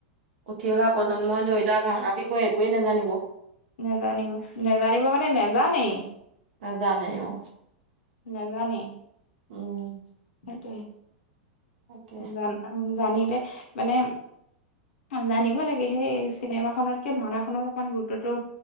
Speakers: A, on the right; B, on the left.
A: উঠি অহা প্ৰজন্মই ধৰি লোৱা ভাওনাৰ বিষয়ে একোৱেই নাজানিব।
B: নেজানিব-নেজানিব মানে নজানেই।
A: নাজানেই অ',
B: নাজানেই।
A: উম,
B: সেইটোৱে
A: তাকে
B: জান জানিলে মানে জানিব। ভয় লাগে সেই চিনেমা খনতকে ভাওনা খনত অকমান গুৰুত্বটো